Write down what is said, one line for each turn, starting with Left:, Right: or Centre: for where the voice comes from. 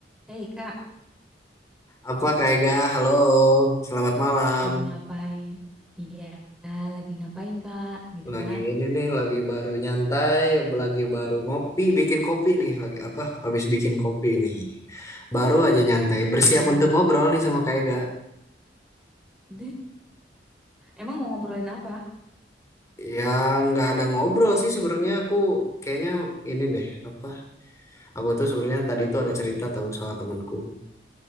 Centre: Hei kak,
Left: Apa kayak gak? Halo, selamat malam.
Centre: lagi ngapain? Iya, lagi ngapain kak? Gitu
Left: Lagi
Centre: kan?
Left: ini nih, lagi baru nyantai, lagi baru ngopi, bikin kopi nih. Lagi apa? Habis bikin kopi nih. Baru aja nyantai, bersiap
Centre: Hmm.
Left: untuk ngobrol nih sama kayak gak.
Centre: <laughs> Deh, Emang mau ngobrolin apa?
Left: Ya nggak ada ngobrol sih sebenarnya aku kayaknya ini deh apa? Aku tuh sebenarnya tadi tuh ada cerita tahu soal temanku.